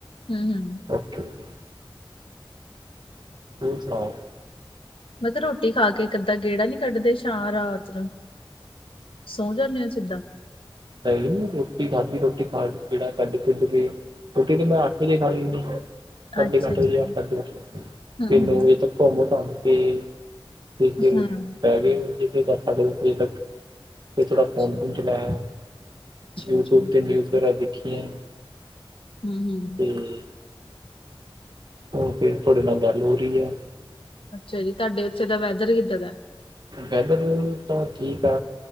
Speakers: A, on the left; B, on the right.
A: ਹੂੰ ਹੂੰ
B: ਓਕੇ ਓਕੇ। ਹੋਰ ਸੁਣਾਓ?
A: ਮੈਂ ਕਿਹਾ ਰੋਟੀ ਖਾ ਕੇ ਇਕ, ਅੱਧਾਂ ਗੇੜਾ ਨਹੀਂ ਕੱਢਦੇ ਸ਼ਾਂ ਰਾਤ ਨੂੰ। ਸੌ ਜਾਂਦੇ ਹੋ ਸਿੱਦਾਂ।
B: ਨਹੀਂ ਰੋਟੀ ਖਾਧੀ, ਰੋਟੀ ਖਾ ਕੇ ਗੇੜਾ ਕੱਢ ਕੇ ਤੇ ਫੇਰ। ਰੋਟੀ ਤੇ ਮੈਂ ਅੱਠ ਵਜੇ ਖਾ ਲੈਂਦੀ ਹੈ। ਸਾਢੇ
A: ਅੱਛਾ
B: ਕ ਅੱਠ
A: ਜੀ
B: ਵਜੇ,
A: ਹੂੰ
B: ਸਾਢੇ ਅੱਠ,
A: ਹੂੰ
B: ਨੌ ਵਜੇ ਤੱਕ ਘੁੰਮ ਘਮ ਕੇ ਤੇ ਫੇਰ
A: ਹੂੰ
B: ਪੈ ਚਾਹੀਦਾ ਦਸ ਸਾਡੇ ਦਸ ਵਜੇ ਤੱਕ। ਫੇਰ ਥੋੜਾ
A: ਅੱਛਾ
B: ਫੋਨ- ਫੋਨ
A: ਜੀ
B: ਚਲਾਇਆ
A: ਅੱਛਾ
B: ਯੂਟਿਊਬ
A: ਜੀ
B: ਤੇ ਨਿਊਜ਼ ਵਗੈਰਾ ਦੇਖ ਦੇਆਂ।
A: ਹੂੰ- ਹੂੰ।
B: ਹੂੰ-ਹੂੰ। ਹੋਰ ਫੇਰ ਤੁਹਾਡੇ ਨਾਲ ਗੱਲ ਹੋ ਰਹੀ ਹੈ।
A: ਅੱਛਾ ਜੀ, ਤੁਹਾਡੇ ਉੱਥੇ ਦਾ ਵੈਦਰ ਕਿੱਦਾਂ ਦਾ ਹੈ?
B: ਵੈਦਰ ਤਾਂ ਠੀਕ ਆ।